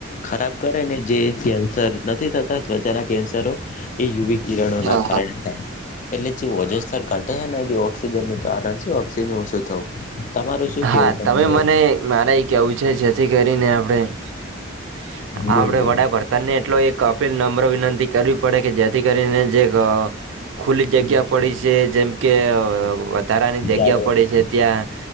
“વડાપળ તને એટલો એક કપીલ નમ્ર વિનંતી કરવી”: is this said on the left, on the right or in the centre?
Right